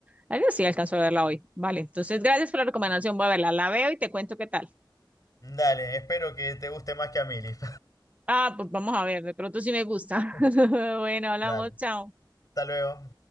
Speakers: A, on the right; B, on the left.
A: Ay, sí, alcanzo a verla hoy. Vale, entonces gracias por la recomendación. Voy a verla, la veo y te cuento qué tal.
B: Dale, espero que te guste más que a mí, Liz.
A: Ah, pues vamos a ver, de pronto sí me gusta.
B: <laughs>
A: <laughs> Bueno, hablamos,
B: Dale,
A: chao.
B: hasta luego.